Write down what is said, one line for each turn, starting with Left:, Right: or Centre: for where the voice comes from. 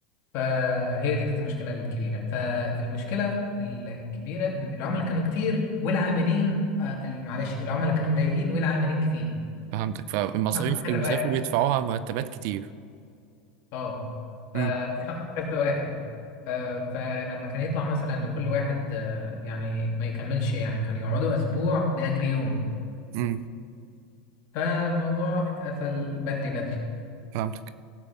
Left: فهي دي كانت المشكلة الكبيرة فالمشكلة الكبيرة إن العملاء كانوا كتير والعاملين آه ال- معلش العملاء كانوا قليلين والعاملين كتير
Right: فهمتك فالمصاريف
Left: احنا كنا كذا
Right: المصاريف
Left: واحد
Right: اللي بيدفعوها مرتبات كتير
Left: اه فاحنا
Right: امم
Left: كنا كذا واحد آه فلما كان يطلع مثلا لكل واحد آه يعني ما يكملش يعني كانوا يقعدوا أسبوع بأجر يوم
Right: امم
Left: فالموضوع اتقفل بدري بدري
Right: فهمتك